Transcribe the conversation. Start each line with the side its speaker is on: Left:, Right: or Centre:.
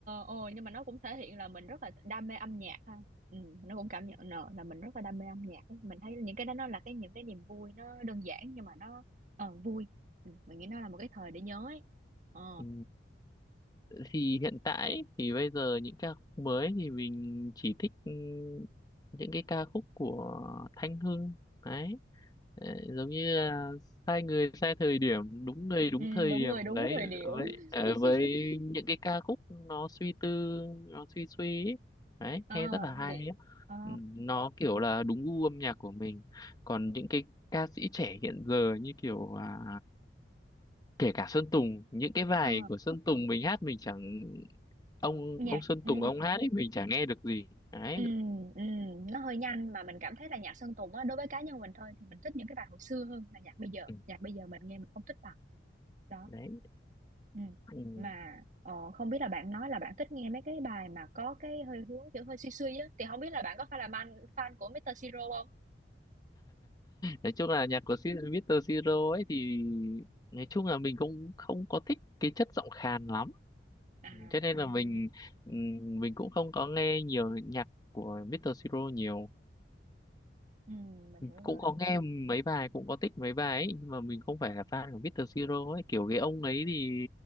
Right: ờ, nhưng mà nó cũng thể hiện là mình rất là đam mê âm nhạc ha ừ, nó cũng cảm nhận nợ là mình rất là đam mê âm nhạc ấy. mình thấy những cái đó nó là cái những cái niềm vui nó đơn giản nhưng mà nó ờ, vui ừ, mình nghĩ nó là một cái thời để nhớ ấy ờ
Left: ừ. thì hiện tại thì bây giờ những ca khúc mới thì mình chỉ thích ừ, những cái ca khúc của Thanh Hưng đấy Ờ, giống như là sai người sai thời điểm đúng người đúng
Right: ừ,
Left: thời
Right: đúng
Left: điểm
Right: người đúng
Left: đấy
Right: thời điểm
Left: với ờ,
Right: <laughs>
Left: với những cái ca khúc nó suy tư nó suy suy ấy. đấy
Right: ờ
Left: nghe rất là hay
Right: vậy
Left: ấy.
Right: ờ
Left: Ừ, nó kiểu là đúng gu âm nhạc của mình còn những cái ca sĩ trẻ hiện giờ như kiểu à, kể cả Sơn Tùng những cái bài
Right: ờ
Left: của Sơn Tùng mình hát mình chẳng ông
Right: nhạc
Left: ông Sơn
Right: ừ.
Left: Tùng ông hát ấy mình chẳng nghe được gì đấy
Right: Ừ, ừ, nó hơi nhanh mà mình cảm thấy là nhạc Sơn Tùng á đối với cá nhân mình thôi thì mình thích những cái bài hồi xưa hơn là nhạc bây giờ
Left: ừ,
Right: nhạc bây giờ mình nghe mình không thích bằng đó
Left: đấy
Right: ừ.
Left: ừ.
Right: mà ờ, không biết là bạn nói là bạn thích nghe mấy cái bài mà có cái hơi hướng kiểu hơi suy suy á thì không biết là bạn có phải là fan fan của Mr. Siro không
Left: nói chung là nhạc của Si- Mr. Siro ấy thì nói chung là mình cũng không có thích cái chất giọng khàn lắm
Right: à
Left: cho nên là mình ừ, mình cũng không có nghe nhiều nhạc của Mr. Siro nhiều
Right: ừ, mình hiểu
Left: cũng
Right: rồi
Left: có nghe mấy bài cũng có thích mấy bài ấy nhưng mà mình không phải là fan của Mr. Siro ấy kiểu cái ông ấy thì